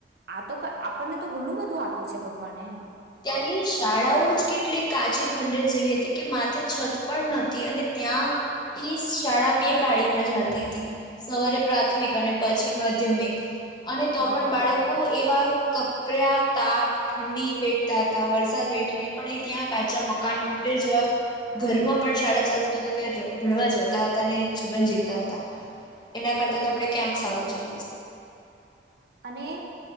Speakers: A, on the right; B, on the left.
A: આ તો આપણને તો ઘણું બધું આપ્યું છે ભગવાને એમ
B: ત્યાંની શાળાઓ જ કેટલી કાચી ખંડેર જેવી હતી કે માથે છત પણ નતી અને ત્યાં ઈ શાળા બે પાડીમાં ચાલતી હતી સવારે પ્રાથમિક અને પછી માધ્યમિક અને
A: હા
B: તો પણ બાળકો એવા કપડ્યા તાપ ઠંડી વેટ હતા વરસાદ વેઠીને પણ એ ત્યાં કાચા મકાન ખંડેર જેવા ઘરમાં પણ શાળા ચાલતી ત્યાં ભણવા જતા હતા અને જીવન જીવતા હતા એના કરતા તો આપણે ક્યાંક સારું જેવુ
A: અને